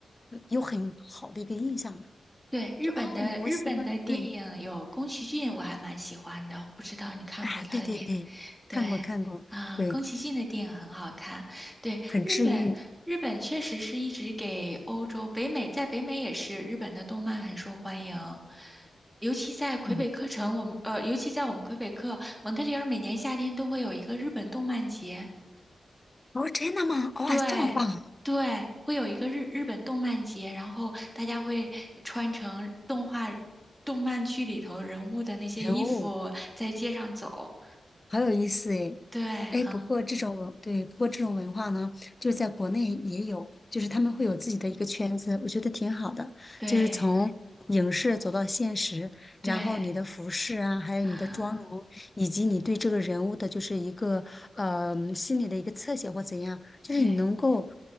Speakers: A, on the left (about 30°); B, in the centre.
A: 嗯有很好的一个印象的，
B: 对，日本的日本的电影有宫崎骏，
A: 就啊，我喜欢，对，
B: 我还蛮喜欢的，我不知道你看过他的电影，
A: 啊，对对对，
B: 对，
A: 看过看过，
B: 啊，
A: 对，
B: 宫崎骏的电影很好看，对，日本日本确实是一直给欧洲、
A: 很治愈，
B: 北美，在北美也是日本的动漫很受欢迎，尤其在魁北克城，
A: 嗯。
B: 我们呃，尤其在我们魁北克，蒙特利尔每年夏天都会有一个日本动漫节。
A: 哦，真的吗？哦哇、
B: 对对，
A: 这么棒啊
B: 会有一个日日本动漫节，然后大家会穿成动画、动漫剧里头人物的那些衣服，
A: 人物
B: 在街上走。
A: 好有意思诶。
B: 对，
A: 哎，
B: 很
A: 不过这种文，对，不过这种文化呢，就是在国内也有，就是他们会有自己的一个圈子，我觉得挺好的。
B: 对
A: 就是从影视走到现实，
B: 对
A: 然后你的服饰啊，还有你的妆容，
B: 啊，
A: 以及你对这个人物的，就是一个呃心理的一个侧写或怎样，就是你能够
B: 对